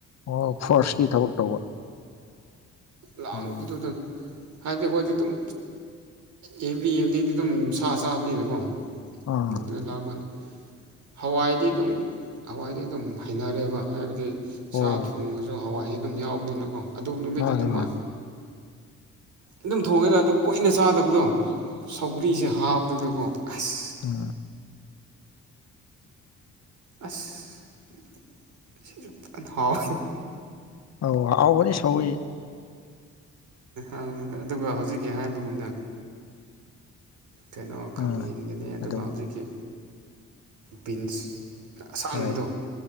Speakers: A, on the left; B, on the right.
A: ꯑꯣ ꯐꯣꯔꯁꯀꯤ ꯊꯕꯛ ꯇꯧꯕ
B: ꯂꯥꯡꯕꯗꯨꯗꯅ
A: ꯑꯣ
B: ꯍꯥꯏꯕꯗꯤ ꯑꯩꯈꯣꯏꯗꯤ ꯑꯗꯨꯝ ꯑꯦꯕ꯭ꯔꯤ ꯏꯚꯅꯤꯡꯗꯤ ꯑꯗꯨꯝ ꯊꯥ ꯆꯥꯕꯅꯤꯅꯀꯣ
A: ꯑꯥ
B: ꯑꯗꯨꯗ ꯂꯥꯛꯑꯄꯅꯤ ꯍꯋꯥꯏꯗꯤ ꯑꯗꯨꯝ ꯍꯋꯥꯏꯗꯤ ꯑꯗꯨꯝ ꯍꯩꯅꯔꯦꯕ ꯍꯥꯏꯕꯗꯤ ꯁꯥ
A: ꯑꯣ
B: ꯊꯣꯡꯉꯁꯨ ꯍꯋꯥꯏꯗꯤ ꯑꯗꯨꯝ ꯌꯥꯎꯕꯅꯤꯅꯀꯣ ꯑꯗꯨ ꯅꯨꯃꯤꯠꯇꯨ
A: ꯃꯥꯅꯦ
B: ꯑꯗꯨ ꯃꯥ
A: ꯃꯥꯅꯦ
B: ꯑꯗꯨꯝ ꯊꯣꯡꯉꯦꯗ ꯑꯗꯨ ꯀꯨꯏꯅ ꯆꯥꯗꯕꯗꯣ ꯁꯧꯒ꯭ꯔꯤꯁꯦ ꯍꯥꯞꯗꯨꯗꯀꯣ ꯑꯁ
A: ꯑꯝ
B: ꯑꯁꯁꯨ ꯍꯥꯎ
A: ꯑ ꯑꯥꯎꯕꯅꯤ ꯁꯧꯋꯏ
B: ꯑꯦ ꯑꯗꯨꯒ ꯍꯧꯖꯤꯛꯀꯤ ꯍꯥꯏꯕꯒꯨꯝꯅ ꯀꯩꯅꯣ ꯈꯥꯃꯦꯟꯒꯤꯅꯤ
A: ꯑꯥ
B: ꯑꯗꯨꯒ
A: ꯑꯗꯨꯝ
B: ꯍꯧꯖꯤꯛꯀꯤ ꯕꯤꯟꯁ ꯑꯁꯥꯡꯕꯗꯣ
A: ꯍꯣꯏ